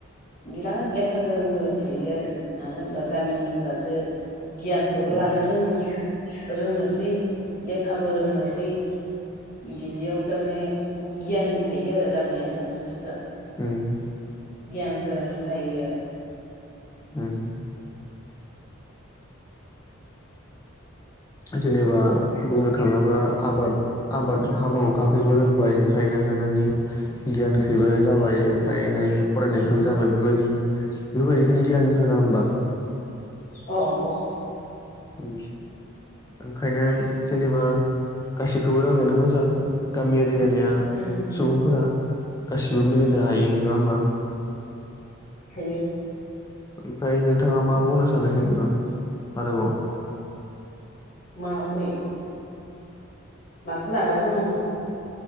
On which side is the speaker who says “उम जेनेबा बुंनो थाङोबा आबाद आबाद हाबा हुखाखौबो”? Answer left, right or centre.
Left